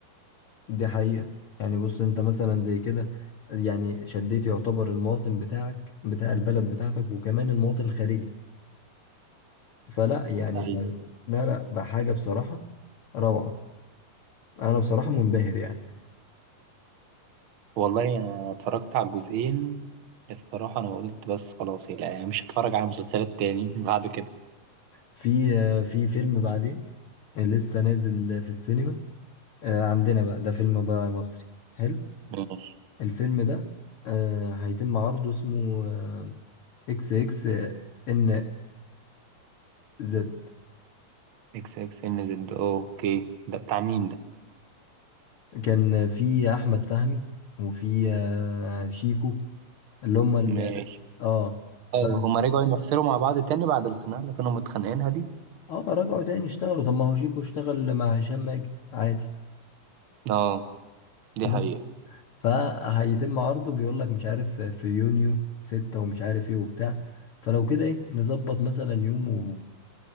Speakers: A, on the left (about 70°); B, on the right (about 70°).
A: دي حقيقة يعني بص انت مثلا زي كده يعني شديت يعتبر المواطن بتاعك بتاع البلد بتاعتك وكمان المواطن الخارجي فلا يعني
B: أيوة.
A: ف... لا لا بحاجة بصراحة روعة انا بصراحة منبهر يعني
B: والله انا اتفرجت على الجزئين الصراحه انا قلت بس خلاص لا مش هتفرج على مسلسلات تاني <laughs> بعد كده
A: في آه، في فيلم بعدين لسه نازل في السينما آه، عندنا بقى ده فيلم بقى مصري حلو
B: ماشي
A: الفيلم ده آه، هيتم عرضه اسمه آه، اكس اكس ان زد
B: اكس اكس ان زد اوكي ده بتاع مين ده
A: كان في احمد فهمي وفي آه، شيكو اللي هم ال...
B: ماشي
A: اه ف
B: اه هما رجعوا يمثلوا مع بعض تاني بعد الخناقة اللي كانوا متخانقينها دي
A: اه رجعوا تاني اشتغلوا طب ما هو شيكو اشتغل مع هشام ماجد عادي
B: اه دي
A: بس
B: حقيقة
A: فهيتم عرضه بيقول لك مش عارف في يونيو ستة ومش عارف ايه وبتاع فلو كده ايه نظبط مثلا يوم و...